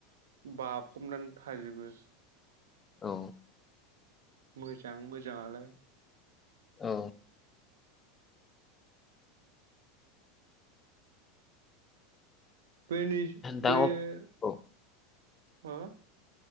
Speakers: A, on the right; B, on the left.
A: बाफबनानै थाजोबो।
B: औ
A: मोजां मोजाङालाय।
B: औ।
A: <unintelligible>
B: दा अ- औ
A: हो?